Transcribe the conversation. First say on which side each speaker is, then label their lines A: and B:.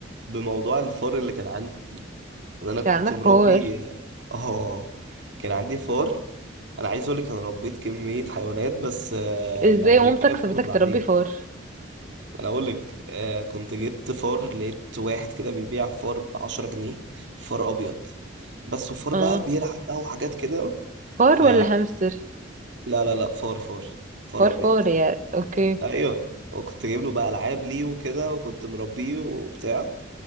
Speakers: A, on the right; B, on the right.
A: بموضوع الفار اللي كان عندي إن أنا كنت
B: كان عندك
A: مربي
B: فار
A: آه كان عندي فار أنا عايز أقولك أنا ربيت كمية حيوانات بس آه
B: ازاي
A: يعني هنتكلم
B: مامتك سابتك
A: عليهم بعدين
B: تربي فار
A: أنا أقولك آه كنت جبت فار لقيت واحد كده بيبيع فار بعشرة جنيه فار أبيض بس وفار
B: اه
A: بقى بيلعب بقى وحاجات كده
B: فار
A: ف
B: ولا هامستر
A: لا لا لا فار فار فار
B: فار
A: ابيض
B: فار يعني اوكي
A: ايوه وكنت جايب له بقى العاب ليه وكده وكنت مربيه وبتاع